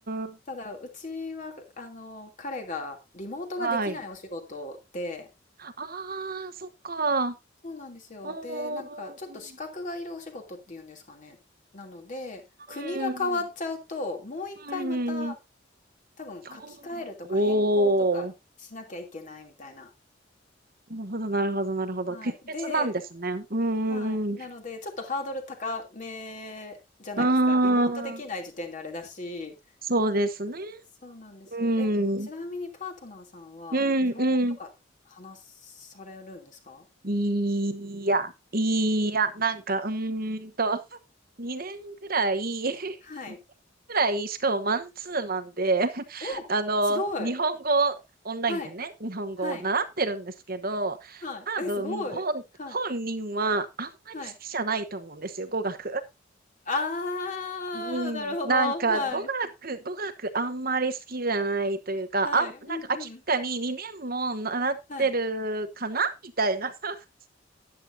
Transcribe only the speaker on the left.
ただ、うちは、あの、彼がリモートができないお仕事で、
そうなんですよ。
で、なんか、ちょっと資格がいるお仕事っていうんですかね。なので、国が変わっちゃうと、
もう一回また、
多分書き換えるとか変更とかしなきゃいけないみたいな。
はい。
で、
はい。
なので、ちょっとハードル高めじゃないですか。
リモートできない時点であれだし、
そうなんですよ。
え、ちなみにパートナーさんは日本語とか話
されるんですか？
はい。
お、
すごい。
はい。
はい。はい。
え、すごい。
はい。
はい。
ああ、
なるほど。
はい。
はい。
うんうん。
はい。